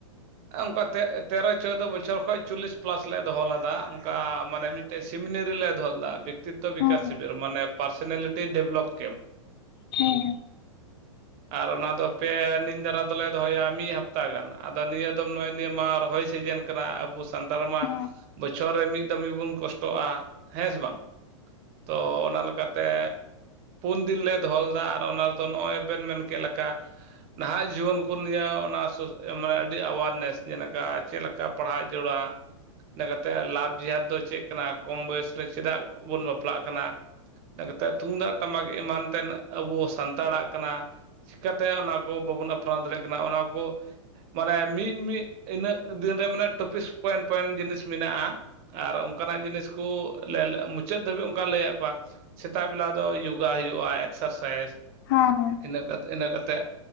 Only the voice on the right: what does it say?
ᱚᱱᱠᱟ ᱛᱮ ᱛᱮᱨᱚ ᱪᱳᱫᱳ ᱵᱚᱪᱷᱚᱨ ᱠᱷᱚᱱᱚᱡ ᱪᱚᱞᱞᱤᱥ ᱯᱞᱟᱥ ᱞᱮ ᱫᱚᱦᱚ ᱞᱮᱫᱟ ᱚᱱᱠᱟ ᱢᱟᱱᱮ ᱢᱤᱫ ᱥᱤᱢᱤᱱᱨᱤ ᱞᱮ ᱫᱷᱚᱞ ᱞᱮᱫᱟ, ᱵᱮᱠᱛᱤᱛᱚ ᱵᱤᱠᱟᱥ
ᱥᱤᱵᱤᱨ ᱢᱟᱱᱮ ᱯᱟᱨᱥᱱᱟᱞᱤᱴᱤ ᱰᱮᱵᱷᱞᱚᱯ ᱠᱮᱢ᱾
ᱟᱨ ᱚᱱᱟ ᱫᱚ ᱯᱮ ᱟᱱᱤᱧ ᱫᱷᱟᱨᱟ ᱫᱚᱞᱮ ᱫᱚᱦᱚᱭᱟ ᱢᱤᱫ ᱦᱟᱯᱛᱟ ᱜᱟᱱ ᱟᱫᱚ ᱱᱤᱭᱟᱹ ᱱᱚᱜᱼᱚᱭ ᱱᱤᱭᱟᱹ ᱢᱟ ᱨᱚᱦᱚᱭ ᱥᱤᱡᱮᱱ ᱠᱟᱱᱟ ᱟᱵᱚ ᱥᱟᱱᱛᱟᱲ ᱢᱟ
ᱵᱚᱪᱷᱚᱨ ᱨᱮ ᱢᱤᱫ ᱫᱚᱢ ᱜᱮᱵᱚᱱ ᱠᱚᱥᱴᱚᱜᱼᱟ, ᱦᱮᱸ ᱥᱮ ᱵᱟᱝ ᱛᱚ ᱚᱱᱟ ᱞᱮᱠᱟᱛᱮ ᱯᱩᱱ ᱫᱤᱱ ᱞᱮ ᱫᱚᱦᱚᱞᱮᱫᱟ ᱟᱨ ᱚᱱᱟ ᱨᱮᱫᱚ ᱱᱚᱜᱼᱚᱭ ᱵᱮᱱ ᱢᱮᱱ ᱠᱮᱫ ᱞᱮᱠᱟ᱾ ᱱᱟᱦᱟᱜ ᱡᱩᱣᱟ. ᱱ ᱠᱚ ᱱᱤᱭᱟᱹ ᱚᱱᱟ ᱢᱟᱱᱮ ᱟᱹᱰᱤ ᱟᱵᱟᱨ ᱱᱮᱥ ᱪᱮᱫ ᱞᱮᱠᱟ ᱞᱮᱠᱟ ᱯᱟᱲᱦᱟᱜ ᱡᱟᱹᱨᱲᱟ᱾ ᱤᱱᱟᱹ ᱠᱟᱛᱮᱫ ᱞᱟᱵᱷ ᱡᱮᱦᱟᱨᱛ ᱫᱚ ᱪᱮᱫ ᱠᱟᱱᱟ ᱠᱚᱢ ᱵᱚᱭᱮᱥ ᱨᱮ ᱪᱮᱫᱟᱜ ᱵᱚᱱ ᱵᱟᱯᱞᱟᱜ ᱠᱟᱱᱟ᱾ ᱤᱱᱟᱛᱮᱫ ᱛᱩᱢᱫᱟᱜ ᱴᱟᱢᱟᱠ ᱮᱢᱟᱱ ᱛᱮᱱ ᱟᱵᱚ ᱥᱟᱱᱛᱟᱲᱟᱜ ᱠᱟᱱᱟ᱾ ᱪᱤᱠᱟᱹᱛᱮ ᱚᱱᱟ ᱠᱚ ᱵᱟᱵᱚᱱ ᱟᱯᱱᱟᱨ ᱫᱟᱲᱮᱭᱟᱜ ᱠᱟᱱᱟ ᱚᱱᱟ ᱠᱚ ᱢᱟᱱᱮ ᱢᱤᱫ ᱢᱤᱫ ᱤᱱᱟᱹᱜ ᱫᱤᱱ ᱨᱮ ᱢᱟᱱᱮ ᱴᱚᱯᱤᱥ ᱯᱚᱭᱮᱱ ᱯᱚᱭᱮᱱ ᱡᱤᱱᱤᱥ ᱢᱮᱱᱟᱜᱼᱟ᱾ ᱟᱨ ᱚᱱᱠᱟᱱᱟᱜ ᱡᱤᱱᱤᱥ ᱠᱚ ᱞᱮ ᱞᱮ ᱢᱩᱪᱟᱹᱫ ᱫᱷᱟᱹᱵᱤᱡ ᱚᱱᱠᱟ ᱞᱟᱹᱭᱟᱫ ᱠᱚᱣᱟ᱾ ᱥᱮᱛᱟᱜ ᱵᱮᱞᱟ ᱫᱚ ᱡᱳᱜᱟ ᱦᱩᱭᱩᱜᱼᱟ ᱮᱠᱥᱟᱨᱥᱟᱭᱤᱡᱽ᱾
ᱤᱱᱟᱹ ᱤᱱᱟᱹ ᱠᱟᱛᱮ